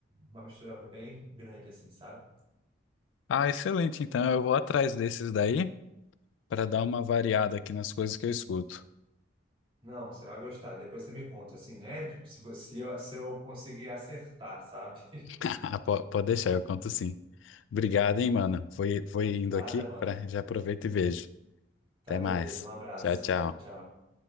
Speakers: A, on the right; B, on the left.
A: uma mistura bem grande, assim, sabe?
B: Ah, excelente. Então eu vou atrás desses daí. para dar uma variada aqui nas coisas que eu escuto. <laughs>
A: Não, você vai gostar. Depois você me conta, assim, né? Tipo, Se você, se eu se eu conseguir acertar, sabe? <laughs>
B: Ah, Po- Pode deixar, eu conto sim. Obrigado, hein, mano. Foi, foi indo
A: Nada,
B: aqui,
A: mano.
B: pra, já aproveito e vejo.
A: Tá,
B: Até
A: beleza.
B: mais.
A: Um abraço.
B: Tchau, tchau.
A: Tchau, tchau.